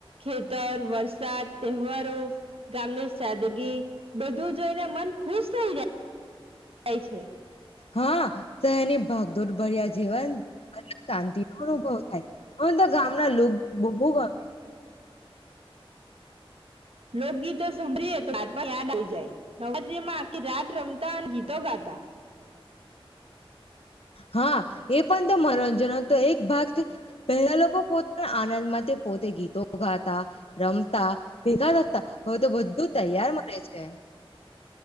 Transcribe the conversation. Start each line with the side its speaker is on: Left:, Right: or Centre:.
Right: ખેતર વરસાદ તહેવારો ગામની સાદગી બધું જોઈને મન ખુશ થઈ જાય. જાય છે.
Left: હા. શહેરની ભાગદોડ ભર્યા જેવા અલગ શાંતિ નો અનુભવ થાય હવે તો ગામના લોક બહુ ગમે.
Right: લોકગીત તો સાંભળીએ તો યાદ આવી જાય. નવરાત્રી મા આખી રાત. રમતા અને ગીતો ગાતા.
Left: હા એ પણ તો મનોરંજનનો તો એક ભાગ છે પહેલા લોકો પોતાના આનંદમાં પોતે ગીતો ગાતા રમતા ભેગા થતા હવે તો બધું તૈયાર મળે છે.